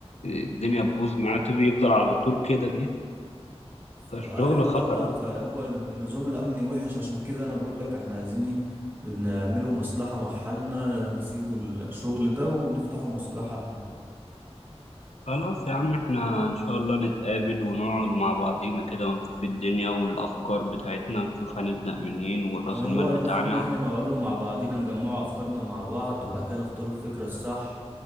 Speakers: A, on the left; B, on the right.
A: الدنيا تبوظ معاه تبي يفضل على طول كده بيه
B: فايوه
A: فالشغل
B: طبعا
A: خطر أوي
B: فهو النظام الامني وحش عشان كده انا بقول لك احنا عايزين ايه نعمله مصلحة مع حالنا نسيبه الشغل ده ونفتحه مصلحة
A: خلاص يا عم احنا ان شاء الله نتقابل ونقعد مع بعضينا كده ونشوف الدنيا والافكار بتاعتنا ونشوف هنبدأ منين وراس
B: هو
A: المال بتاعنا
B: المفروض ان احنا نقعدوا مع بعضينا نجمعوا افكارنا مع بعض وبعد كده نختاروا الفكرة الصح